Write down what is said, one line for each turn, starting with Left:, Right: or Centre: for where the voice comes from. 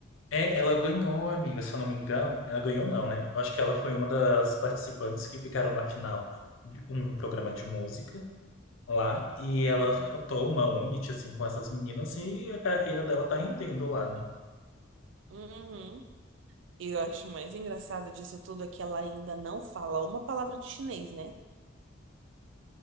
Left: é, ela ganhou, amiga, se eu não me engano. Ela ganhou, não, né? Eu acho que ela foi uma das participantes que ficaram na final de um programa de música lá e
Right: Uhum,
Left: ela cantou uma unity assim com essas meninas e a carreira dela tá rendendo lá, né?
Right: uhum. E eu acho mais engraçado disso tudo é que ela ainda não fala uma palavra de chinês, né?